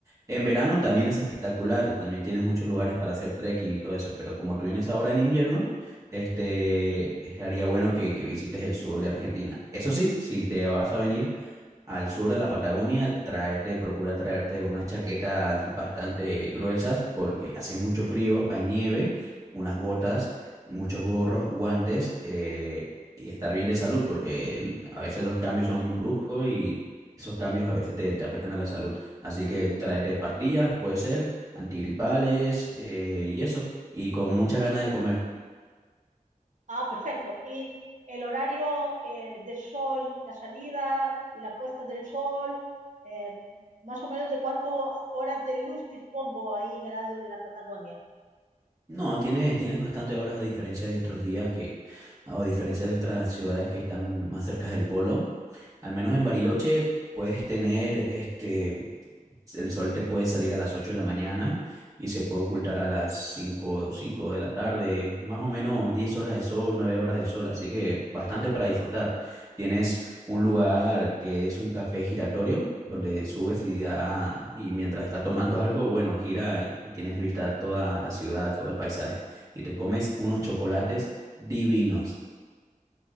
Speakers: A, on the right (about 25°); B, on the right (about 60°).
A: En verano también es espectacular, también tienes muchos lugares para hacer trekking y todo eso, pero como tú vienes ahora en invierno, este, estaría bueno que, que visites el sur de Argentina. Eso sí, si te vas a venir al sur de la Patagonia, tráete, procura traerte unas chaquetas bastante gruesas porque hace mucho frío, hay nieve, unas botas, muchos gorros, guantes eh, y estar bien de salud porque el- a veces los cambios son bruscos y esos cambios a veces te, te afectan a la salud. Así que tráete pastillas, puede ser, antigripales eh, y eso, y con muchas ganas de comer.
B: Ah, perfecto. ¿Y el horario eh, de sol, la salida y la puesta del sol, eh, más o menos de cuántas horas de luz dispongo ahí en el área de la Patagonia?
A: No, tienes, tienes bastante horas a diferencia de otros días que, o a diferencia de otras ciudades que están más cerca del polo. Al menos en Bariloche puedes tener este, el sol te puede salir a las 8 de la mañana y se puede ocultar a las 5, 5 de la tarde, más o menos 10 horas de sol, 9 horas de sol, así que bastante para disfrutar. Tienes un lugar que es un café giratorio, donde subes y, da, y mientras estás tomando <laughs> algo, bueno, gira y, y tienes vista toda la ciudad, todo el paisaje, y te comes unos chocolates divinos.